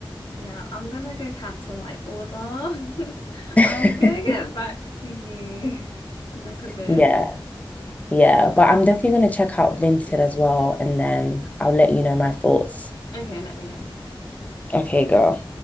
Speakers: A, on the left; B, on the left.
A: Yeah, I'm gonna go cancel my order. <laughs>
B: <laughs>
A: I'm gonna get back to you <laughs> in like a bit.
B: Yeah, yeah. But I'm definitely going to check out Vinted as well, and then I'll let you know my thoughts.
A: Okay, let me know.
B: Okay, go.